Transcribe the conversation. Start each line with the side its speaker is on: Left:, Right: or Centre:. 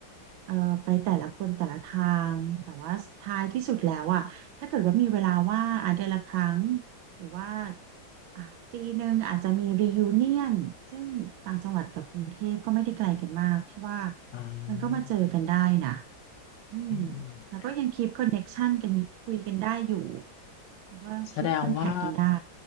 Right: เอ่อไปแต่ละคนแต่ละทางแต่ว่าท้ายที่สุดแล้วอ่ะถ้าเกิดว่ามีเวลาว่างอ่ะเดือนละครั้งหรือว่าอ่ะปีหนึ่งอาจจะมี reunion ซึ่งต่างจังหวัดกับกรุงเทพก็ไม่ได้ไกลกันมากพี่ว่า
Left: อ่า
Right: มันก็มาเจอกันได้นะอืม
Left: อืม
Right: แล้วก็ยังคีปคอนเน็กชันกันคุยกันได้อยู่แล้วก็คีปคอนแทคกันได้
Left: แสดงว่า